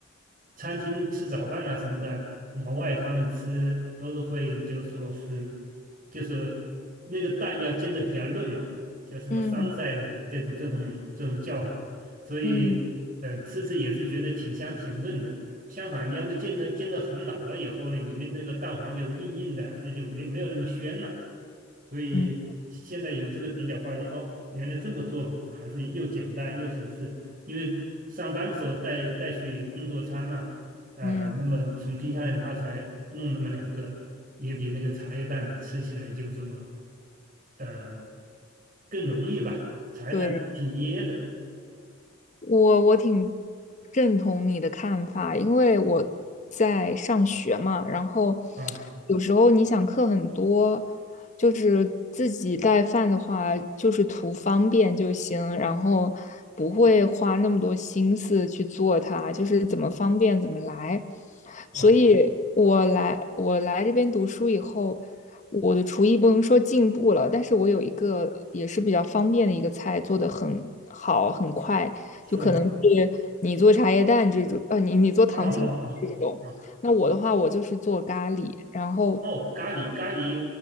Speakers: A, on the right (about 40°); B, on the left (about 35°).
A: 餐厅吃早饭呐什么的，老外他们吃都是会就说是，就是那个蛋要煎的比较嫩嘛，叫什么
B: 嗯
A: sunset 的这种这种这种叫法，所以呃吃着也是觉得挺香挺嫩的。
B: 嗯
A: 相反，你要是煎的煎的很老了以后呢，里面那个蛋黄就是硬硬的，那就没没有那么鲜了。所以现在有这个比较，
B: 嗯
A: 发现哦，原来这么做法还是又简单又省事。因为上班的时候带带去工作餐嘛，呃，
B: 嗯，
A: 那么从冰箱里拿出来弄那么两个，也比那个茶叶蛋吃起来就说，呃，更容易吧。茶叶蛋挺噎的
B: 对。我我挺认同你的看法，因为我在上学嘛，然后
A: 啊
B: 有时候你想课很多，就是自己带饭的话，就是图方便就行，然后不会花那么多心思去做它，就是怎么方便怎么来。
A: 啊，
B: 所以我来我来这边读书以后，我的厨艺不能说进步了，但是我有一个也是比较方便的一个菜，做的很好，很快。
A: 是吗？
B: 就可能是你做茶叶蛋这种，呃，你你做糖心这种。
A: <laughs> 啊啊啊！啊
B: 那我的话，我就是做咖喱，然后
A: 哦，咖喱咖喱，